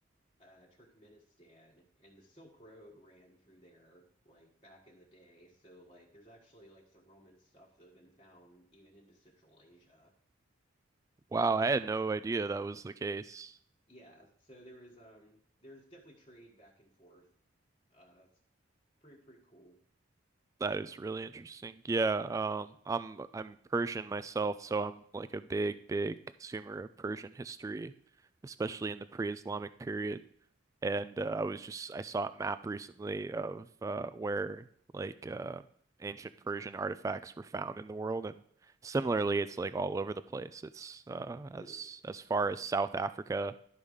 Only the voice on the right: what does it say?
Wow, I had no idea that was the case.
That is really interesting. Yeah, um, I'm I'm Persian myself, so I'm like a big, big consumer of Persian history, especially in the pre-Islamic period. And uh, I was just I saw a map recently of uh, where like uh, ancient Persian artifacts were found in the world, and similarly, it's like all over the place. It's uh,
as as far as South Africa